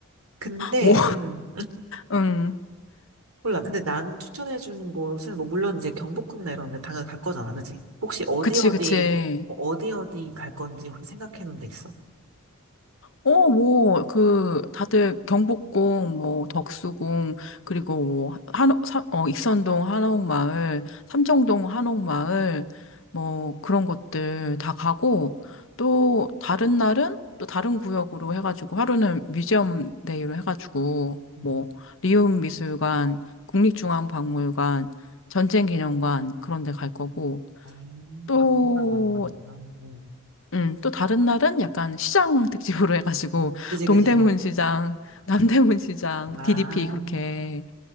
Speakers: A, on the right (about 80°); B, on the left (about 60°).
A: 근데,
B: 오.
A: 음,
B: <laughs> 음.
A: 몰라. 근데 난 추천해준 곳은, 뭐, 물론 이제 경복궁이나 이런 데 당연히 갈 거잖아, 그지? 혹시 어디
B: 그치,
A: 어디,
B: 그치.
A: 어, 어디 어디 갈 건지 혹시 생각해 놓은 데 있어?
B: 어, 뭐, 그, 다들 경복궁, 뭐, 덕수궁, 그리고 뭐, 한옥, 사- 어, 익선동 한옥마을, 삼청동 한옥마을, 뭐, 그런 것들 다 가고, 또, 다른 날은 또 다른 구역으로 해가지고, 하루는 뮤지엄 데이로 해가지고,
A: 음.
B: 뭐, 리움미술관, 국립중앙박물관, 전쟁기념관, 그런 데 갈 거고,
A: 음,
B: 또,
A: 방문가 많이 받는다. 음.
B: 음, 또 다른 날은 약간 시장 특집으로 <laughs> 해가지고
A: 그지,
B: 동대문
A: 그지.
B: 시장, <laughs> 남대문 시장,
A: 아,
B: DDP 그렇게